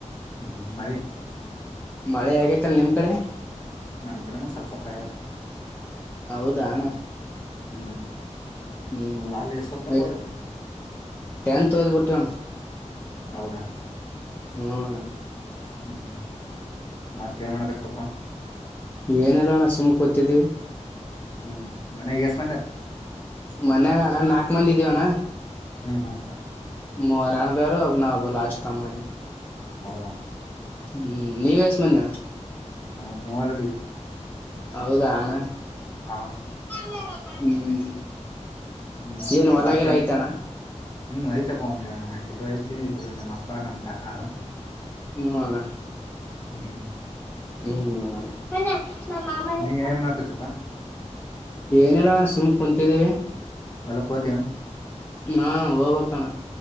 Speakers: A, on the left (about 35°); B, on the left (about 15°).
A: ಹ್ಮ್ ಹ್ಮ್ ಮಳಿ
B: ಮಳೆ ಆಗೇತರಿ ನಿಮ್ ಕಡೆ
A: ನಮ್ ಕಡೆನ ಸಾಲ್ಸಪಾಯ
B: ಹೌದಾಣ
A: ಹ್ಮ್
B: ಹ್ಮ್ಟೆನ್ತ್ದಿ
A: ಸಾಲಿ ಎಷ್ಟೊತ್ತಕ್ ಹೋದ
B: ಪುಟ್ಟಣ
A: ಹೌದಾ
B: ನೋಡಣ್ಣ
A: ಹ್ಮ್ ಹ್ಮ್ ಮತ್ತ ಏನ್ ನೋಡಕತ್ಪ್
B: ನೀ ಏನೆಲ್ಲಣ ಸುಮ್ಕೂತಿದ್ದವಿ
A: ಹ್ಮ್ ಮನ್ಯಾಗ ಎಷ್ಟ್ ಮಂದಿ
B: ಮನ್ಯಾಗ ಅಣ್ಣ ನಾಕ್ ಮಂದಿ ಇದ್ದೀವಣ್ಣ
A: ಹ್ಮ್ ಹ್ಮ್
B: ಮರಣದರು ಅಬ್ಬ ನಾ ಲಾಸ್ಟ್ ಮ್ಮ್
A: ಹೌ
B: ಹ್ಮ್ ನೀವ ಎಷ್ಟ ಮಂದನ
A: ನಾವು ಮೂವಲ ದ
B: ಹೌದಾನ
A: ಹಾ.
B: <inaudible> ಹ್ಮ್
A: ಹ್ಮ್
B: ಏನ ಹೊಲ
A: ಮತ್ತೇನ್
B: ಗಿಲ್ಲಾ ಐತಾಣ್ಣಾ.
A: ಹ್ಮ್ ಐತಪ್ಪ ಒಂದ ನಾಕ ಎಕ್ರೆ ಐತಿ ಇಬ್ರು ನಮ್ಮ ಅಪ್ಪ ನಮ್ಮ್ ಕಾಕಾರು.
B: ಹ್ಮ ಅಣ್ಣಾ.
A: ಹ್ಮ್.
B: ಹ್ಮ <unintelligible> ನಮ್ಮ್ ಮಾಮಗ
A: ನೀ
B: ಹಚ್ಚಿ ಕೊಡ.
A: ಏನ್ ಮಾಡಕತಿಪಾ
B: ಏನಿಲ್ಲ ಅಣ್ಣಾ ಸುಮ್ನ ಕುಂತಿದ್ದೀವಿ.
A: ಹೊಲಕ ಹೊತಿಯ.
B: ನಾ ಹೋಗ್ಬಕ್ಕಣ.